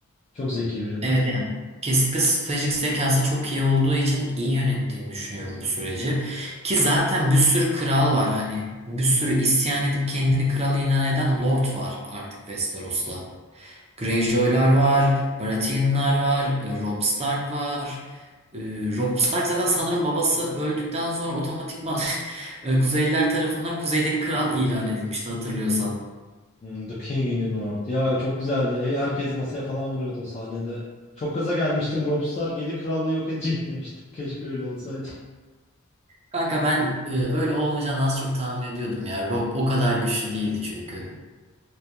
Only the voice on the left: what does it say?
Çok zeki biri.
Hmm, The King in the North. Ya çok güzeldi. He- Herkes masaya falan vuruyordu o sahnede. Çok gaza gelmiştim. Robb Stark 7 krallığı yok edecek <laughs> demiştim. Keşke öyle olsaydı.